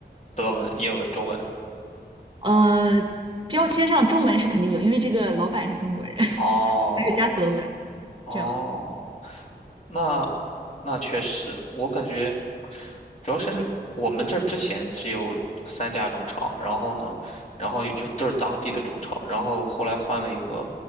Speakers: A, on the left; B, on the right.
A: 德文、英文、中文。
B: 呃，标签上中文是肯定有，因为这个老板是中国人，<laughs> 还
A: 哦
B: 有加德文，
A: 哦，
B: 这样
A: 那那确实，我感觉主要是我们这儿之前只有三家中超，然后呢，然后就都是当地的中超，然后后来换了一个